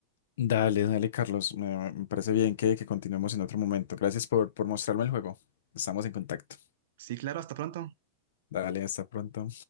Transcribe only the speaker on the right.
Sí, claro, hasta pronto.